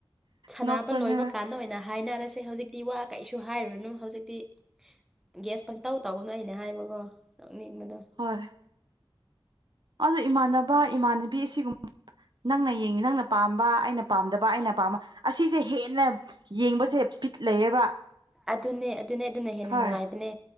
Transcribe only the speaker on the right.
ꯅꯣꯛꯄꯅꯦ
ꯍꯣꯏ ꯑꯗꯣ ꯏꯃꯥꯟꯅꯕ ꯏꯃꯥꯟꯅꯕꯤ ꯑꯁꯤꯒꯨꯝ ꯅꯪꯅ ꯌꯦꯡꯉꯤ ꯅꯪꯅ ꯄꯥꯝꯕ ꯑꯩꯅ ꯄꯥꯝꯗꯕ ꯑꯩꯅ ꯄꯥꯝꯕ ꯑꯁꯤꯁꯦ ꯍꯦꯟꯅ ꯌꯦꯡꯕꯁꯦ ꯄꯤꯠ ꯂꯩꯌꯦꯕ
ꯍꯣꯏ